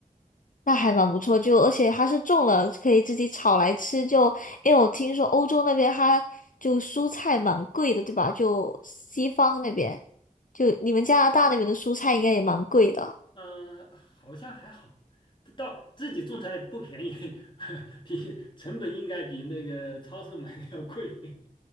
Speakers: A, on the left; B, on the left.
A: 那还蛮不错。就而且它是种了，可以自己炒来吃。就因为我听说欧洲那边它就蔬菜蛮贵的，对吧？就西方那边，就你们加拿大那边的蔬菜应该也蛮贵的。
B: 嗯、呃，好像还好，不到自己种菜不便宜，<laughs> 比成本应该比那个超市买的要贵。<laughs>